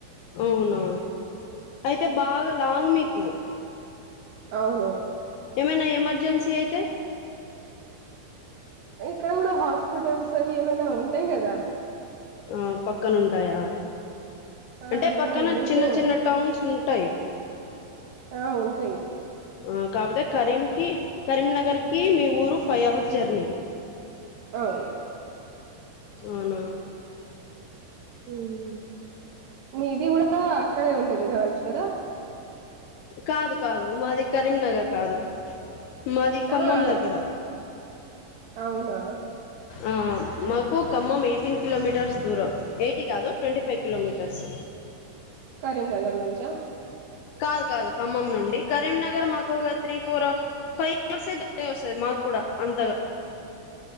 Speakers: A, on the left; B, on the right.
A: అవునా ఐతే బాగా లాంగ్ మీకు
B: ఔనూ
A: ఏమైనా ఎమర్జెన్సీ అయితే
B: ఇక్కడ కూడ హాస్పిటల్స్ అవి ఏమైనా ఉంటయి గదా
A: ఆ పక్కనుంటాయా
B: ఆ!
A: అంటే
B: మన
A: పక్కన
B: విలేజ్‌లో
A: చిన్న చిన్న టౌన్స్ ఉ ట్టయ్
B: ఆ ఉంటయ్
A: ఆ కాపోతె కరీంకి కరీంనగర్కి మీ ఊరు ఫై అవర్స్ జర్నీ
B: ఔను
A: ఔనా
B: మ్ మీది గుడా అక్కడే ఉంటది గావచ్చ్ గదా
A: కాదు కాదు మాది కరీంనగర్ కాదు మాది ఖమ్మం
B: ఆహా!
A: దగ్గర
B: అవునా!
A: ఆ మాకు ఖమ్మం ఎయిటీన్ కిలోమీటర్స్ దూరం ఎయిటీ కాదు ట్వంటీ ఫై కిలోమీటర్స్
B: కరీంనగర్ నుంచా
A: కాదు కాదు ఖమ్మం నుండి కరీంనగర్ మాకు ఒక త్రీ ఫోర్ ఫై ఒస్తది మాకు కూడా అంతగా